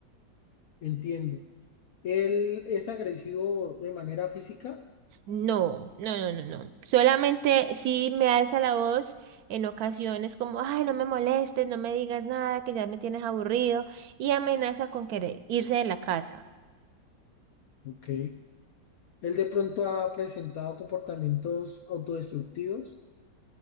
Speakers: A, on the left (about 65°); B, on the right (about 65°).
A: entiendo. ¿Él es agresivo de manera física?
B: No, no, no, no, no. Solamente sí me alza la voz en ocasiones como, ay, no me molestes, no me digas nada, que ya me tienes aburrido y amenaza con querer irse de la casa.
A: Ok. ¿Él de pronto ha presentado comportamientos autodestructivos?